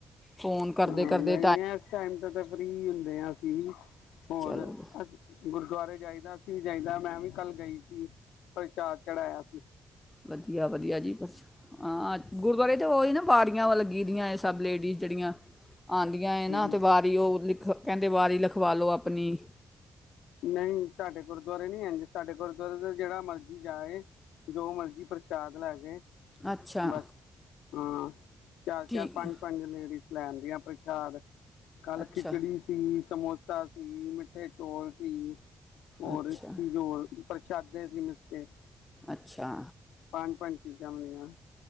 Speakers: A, on the left; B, on the left.
A: ਫੋਨ
B: ਹਾਂ,
A: ਕਰਦੇ-ਕਰਦੇ
B: <unintelligible> ਇਸ ਟਾਈਮ ਤੇ ਤਾਂ ਫਰੀ ਹੁੰਦੇ ਹਾਂ ਅਸੀਂ ਹੋਰ
A: ਚਲੋ
B: ਅਸੀ ਗੁਰਦੁਆਰੇ ਜਾਈਦਾ। ਅਸੀ ਵੀ ਜਾਈਦਾ ਮੈਂ ਵੀ ਕੱਲ ਗਈ ਸੀ। ਪ੍ਰਸ਼ਾਦ ਚੜਾਇਆ ਸੀ।
A: ਵਧੀਆ-ਵਧੀਆ ਜੀ ਬਸ ਹਾਂ। ਗੁਰਦੁਆਰੇ ਤੇ ਉਹ ਹੀ ਨਾ ਵਾਰੀਆਂ ਲੱਗੀ ਦੀਆਂ ਸਭ ਲੇਡੀਜ਼ ਜਿਹੜੀਆਂ ਆਉਂਦੀਆਂ ਏ ਨਾ
B: ਹੂੰ
A: ਤੇ ਵਾਰੀ ਉਹ ਲਿਖ ਕਹਿੰਦੇ ਵਾਰੀ ਲਿਖਵਾ ਲਉ ਆਪਣੀ।
B: ਨਹੀਂ ਸਾਡੇ ਗੁਰਦੁਆਰੇ ਨੀ ਇੰਝ, ਸਾਡੇ ਗੁਰਦੁਆਰੇ ਤਾ ਜਿਹੜਾ ਮਰਜੀ ਜਾ ਆਏ। ਜੋ ਮਰਜੀ ਪ੍ਰਸ਼ਾਦ ਲੈ ਜੇ
A: ਅੱਛਾ
B: ਬੱਸ ਹਾਂ ਚਾਰ-ਚਾਰ
A: ਠੀਕ
B: ਪੰਜ-ਪੰਜ ਲੇਡੀਜ਼ ਲੈਣ ਦੀਆਂ ਪ੍ਰਸ਼ਾਦ ਕੱਲ੍ਹ
A: ਅੱਛਾ
B: ਖਿੱਚੜੀ ਸੀ, ਸਮੋਸਾ ਸੀ, ਮਿੱਠੇ ਚੌਲ <unintelligible> ਹੋਰ
A: ਅੱਛਾ
B: ਇੱਕ ਚੀਜ਼ ਹੋਰ ਪ੍ਰਸ਼ਾਦੇ ਸੀ ਮਿੱਠੇ।
A: ਅੱਛਾ।
B: ਪੰਜ-ਪੰਜ ਚੀਜ਼ਾਂ ਮਿਲੀਆਂ।